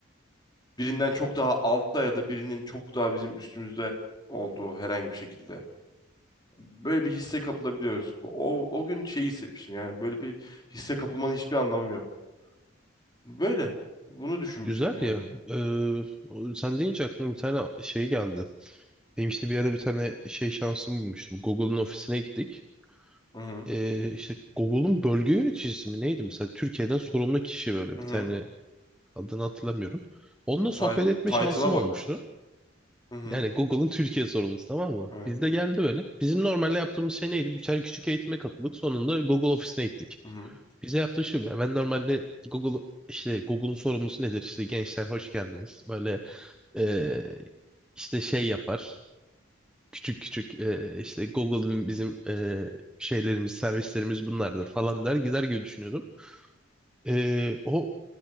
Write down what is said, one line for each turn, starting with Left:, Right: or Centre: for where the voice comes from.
Left: Birinden çok daha altta ya da birinin çok daha bizim üstümüzde olduğu herhangi bir şekilde. Böyle bir hisse kapılabiliyoruz. O, o gün şey hissetmiştim yani böyle bir hisse kapılmanın hiçbir anlamı yok. Böyle. Bunu düşünmüştüm
Centre: Güzel
Left: yani.
Centre: ya. E, o- sen deyince aklıma bir tane şey geldi. Benim işte bir yerde bir tane şey şansım bulmuştum. Google'un ofisine gittik.
Left: Hı hı.
Centre: E, işte Google'un bölge yöneticisi mi neydi mesela Türkiye'den sorumlu kişi böyle bir
Left: Hı hı.
Centre: tane adını hatırlamıyorum. Onunla sohbet
Left: Ti-
Centre: etme
Left: Title'a
Centre: şansım
Left: bak.
Centre: olmuştu.
Left: Hı hı.
Centre: Yani Google'ın Türkiye sorumlusu tamam mı?
Left: Evet.
Centre: Biz de geldi böyle. Bizim normalde yaptığımız şey neydi? Birer küçük eğitime katıldık. Sonunda Google ofisine gittik.
Left: Hı hı.
Centre: Bize yaptığı şu. yani ben normalde Google işte Google'un sorumlusu nedir? İşte gençler hoş geldiniz. Böyle e, işte şey yapar. Küçük küçük e, işte Google'ın bizim e, şeylerimiz, servislerimiz bunlardır falan der gider gibi düşünüyordum. E, o